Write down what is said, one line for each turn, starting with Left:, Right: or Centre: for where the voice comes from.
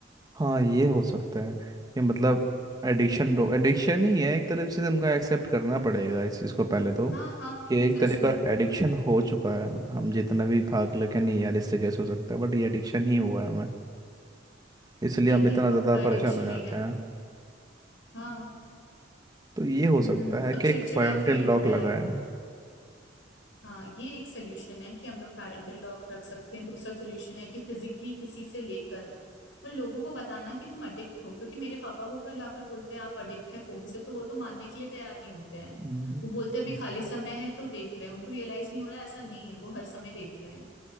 Right: हाँ ये हो सकता है कि मतलब एडिक्शन रो एडिक्शन ही है एक तरफ से तुमको एक्सेप्ट करना पड़ेगा इस चीज़ को पहले तो
Left: हाँ हाँ
Right: कि एक
Left: सच
Right: तरह
Left: में
Right: का एडिक्शन हो चुका है हम जितना भी भाग ले के नहीं यार इससे कैसे हो सकता है बट ये एडिक्शन ही हुआ है हमें इसलिए
Left: नहीं
Right: हम
Left: नहीं
Right: इतना
Left: पक्का
Right: ज़्यादा
Left: एडिक्शन
Right: परेशान हो जाते
Left: ही है
Right: हैं
Left: हाँ
Right: तो ये हो
Left: हम्म
Right: सकता है
Left: और
Right: कि
Left: चिड़चिड़ा
Right: एक पेरेंटल
Left: फील होता
Right: लॉक लगाए
Left: है हाँ ये एक सोल्यूशन है कि हम लोग पेरेंटल लॉक रख सकते हैं दूसरा सोल्यूशन है कि फिजिकली किसी से लेकर और लोगों को बताना कि तुम अडिक्ट हो क्योंकि मेरे पापा को अगर जाकर बोलते हैं आप अडिक्ट है फोन से तो वो तो मानने के लिए तैयार नहीं होते हैं
Right: हम्म,
Left: वो बोलते हैं अभी खाली समय है तो देख रहे हैं उनको रियलाइज नहीं हो रहा है, ऐसा नहीं है वो हर समय देख रहे हैं